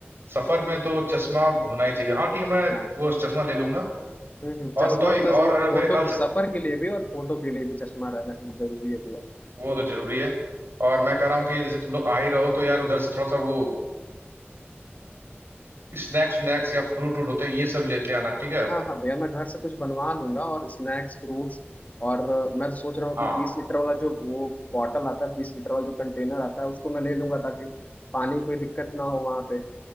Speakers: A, on the right; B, on the left.
A: सफर में तो चश्मा होना ही चाहिए हाँ ठीक है मैं
B: हाँ।
A: वो चश्मा ले लूंगा
B: हम्म, हम्म,
A: और
B: चश्मा
A: बताओ
B: प्लस
A: और
B: वो फोटो
A: मेरे ख्याल से
B: सफर के लिए भी और फोटो के लिए भी चश्मा रहना जरूरी है भैया
A: वो तो जरूरी है और मैं कह रहा हूँ कि जैसे तुम लोग आ ही रहो तो यार उधर से थोड़ा सा वो स्नैक्स स्नैक्स या फ्रूट व्रूट होते हैं ये सब लेते आना ठीक है
B: हाँ हाँ भैया मैं घर से कुछ बनवा लूंगा और स्नैक्स फ्रूट्स और अ, मैं तो सोच रहा हूँ
A: हाँ
B: कि बीस लीटर वाला जो वो बॉटल आता है बीस लीटर वाला जो कंटेनर आता है उसको मैं ले लूंगा ताकि पानी की कोई दिक्कत ना हो वहाँ पे